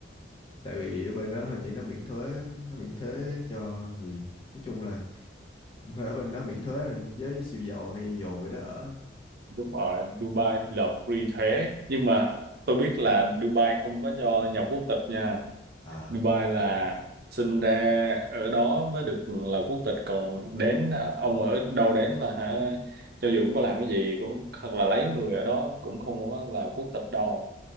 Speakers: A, on the left (about 25°); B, on the right (about 55°).
A: tại vì ở bên đó hình như nó miễn thuế nó miễn thuế cho người nói chung là <laughs> ở bên đó miễn thuế nên với siêu giàu hay dồn về đó ở
B: Đúng rồi, Dubai thì là free thuế. Nhưng mà tôi biết là Dubai không có cho nhập quốc tịch nha.
A: à
B: Dubai là sinh ra ở đó mới được là quốc tịch. Còn đến, ông ở đâu đến là hả? Cho dù cũng có làm cái gì, cũng hoặc là lấy người ở đó cũng không có là quốc tịch đâu.